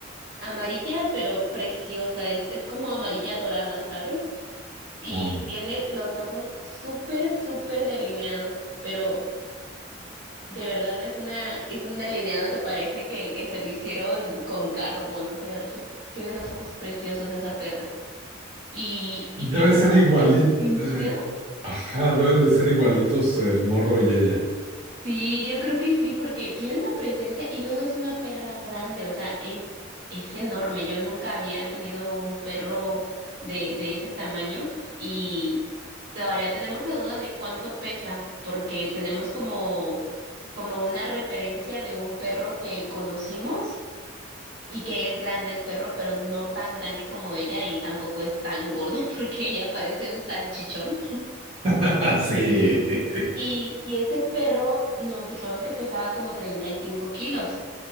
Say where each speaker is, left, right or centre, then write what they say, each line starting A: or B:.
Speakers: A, on the right; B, on the right.
A: Amarilla, pero preciosa. Es, es como amarilla dorada, ¿sabes? Y
B: Oh.
A: tiene los ojos súper, súper delineados, pero De verdad es una, es un delineado que parece que, que se lo hicieron con carbón, o sea, se- tiene unos ojos preciosos esa perra. Y, y
B: Debe
A: tiene
B: ser
A: una
B: igualito.
A: presencia.
B: eh, Ajá, deben de ser igualitos el morro y ella.
A: Sí, yo creo que sí, porque tiene una presencia y luego es una perra grande, o sea, es, es enorme. Yo nunca había tenido un perro de, de ese tamaño y todavía tenemos la duda de cuánto pesa, porque tenemos como, como una referencia de un perro que conocimos y que es grande el perro, pero no tan grande como ella y tampoco es tan gordo <laughs> porque ella parece un salchichón.
B: <laughs> Sí.
A: Y, y ese perro nos dijeron que pesaba como 35 kilos.